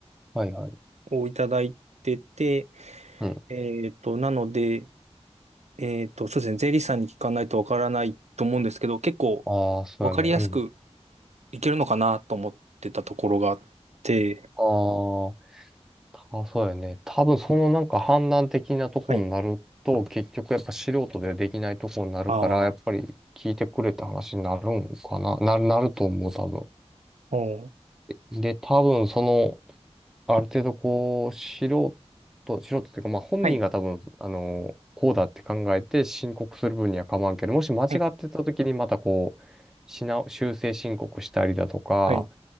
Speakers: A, in the centre; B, on the right.
A: はい、はい。
B: をいただいてて、
A: うん。
B: えーっと、なので、えーっと、そうですね、税理士さんに聞かないとわからないと思うんですけど、結構
A: ああ、そうやね。
B: わかりやすく
A: うん。
B: いけるのかなと思ってたところがあって、
A: ああ、あ、そうやね。多分そのなんか判断的なとこになると、
B: はい。
A: 結局やっぱ素人ではできないとこになるから、
B: ああ、
A: やっぱり聞いてくれって話になるんかな。なる、なると思う、多
B: お
A: 分。で、多分その、ある程度こう、素人、素人っていうか、まあ本人が多分、
B: はい。
A: あの、こうだって考えて申告する分には構わんけど、もし間違ってた時にまたこう、
B: はい。
A: しな、修正申告したりだとか、
B: はい。